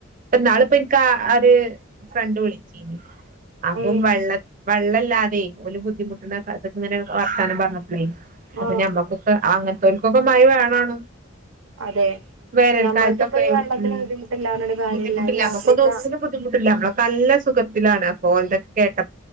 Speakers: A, on the right (about 40°); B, on the right (about 75°).
A: ന്നാള്പ്പോ ഇന്ക്കാ ഒര് ഫ്രണ്ട് വിൾച്ചീനി അപ്പം
B: ഉം
A: വെള്ള വെള്ളല്ലാതെ ഓല് ബുദ്ധിമുട്ടണ കഥ ങ്ങനെ വർത്താനം പർഞ്ഞപ്പളേ അപ്പൊ
B: ആഹ്
A: ഞമ്മക്കൊക്കെ അങ്ങൻത്തോൽക്കൊക്കെ മഴ വേണാണും
B: അതെ
A: വേറൊരു
B: ഞമ്മൾക്കിപ്പ
A: കാൽത്തൊക്കെ
B: ഈ വെള്ളത്തിന്
A: ഉം
B: ബുദ്ധിമുട്ടില്ലാഞ്ഞിട്ട് കാര്യല്ല
A: ബുദ്ധിമുട്ടില്ല
B: ഈ
A: നമ്മക്ക്തോന്നിനും
B: ആഫ്രിക്ക
A: ബുദ്ധിമുട്ടില്ല നമ്മലൊക്കെ തല്ല സുഖത്തിലാണ് അപ്പോ ഓൽതൊക്കെ കേട്ട